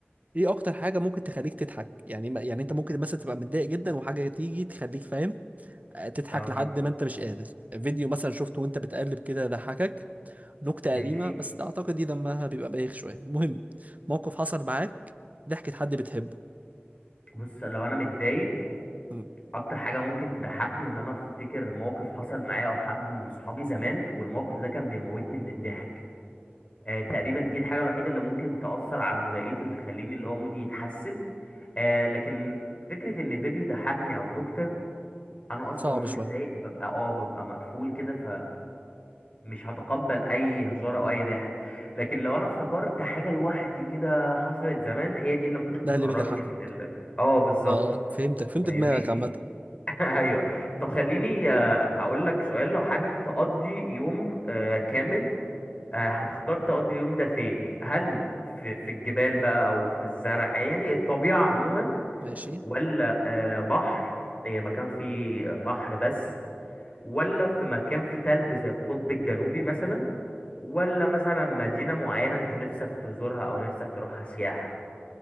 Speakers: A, on the right; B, on the left.
A: ايه اكتر حاجة ممكن تخليك تضحك يعني ما- يعني انت ممكن مثلا تبقى متضايق جدا وحاجة تيجي تخليك فاهم آه، تضحك
B: اه
A: لحد ما انت مش قادر فيديو مثلا شفته وانت بتقلب كده ضحكك نكتة
B: ماشي
A: قديمة بس اعتقد دي دمها بيبقى بايخ شوية المهم موقف حصل معاك ضحكة حد بتحبه
B: بص لو انا متضايق
A: مم.
B: اكتر حاجه ممكن تضحكني ان انا افتكر موقف حصل معايا او حد من صحابي زمان والموقف ده كان بيموتني من الضحك آه تقريبا دي الحاجه الوحيده اللي ممكن تاثر على مضايقتي وتخليني اللي هو مودي يتحسن آه لكن فكره ان فيديو يضحكني او نكته انا اصلا
A: صعب
B: وانا
A: شوية
B: متضايق ببقى اه ببقى مقفول كده فمش هتقبل اي هزار او اي ضحك لكن لو انا افتكرت حاجه لوحدي كده حصلت زمان هي دي اللي ممكن
A: ده
B: تخرجني
A: اللي بيضحكك
B: من ال اه بالظبط
A: اه آه، فهمتك فهمت
B: فاهمني
A: دماغك عامة
B: <laughs> ايوه طب خليني آه، هقول لك سؤال لو حابب تقضي يوم آه، كامل آه، هتختار تقضي اليوم ده فين هل في في الجبال بقى او في الزرع يعني الطبيعه عموما
A: ماشي
B: ولا آه، بحر آه، مكان فيه بحر بس ولا في مكان فيه تلج زي القطب الجنوبي مثلا ولا مثلا مدينة معينة انت نفسك تزورها او نفسك تروحها سياحة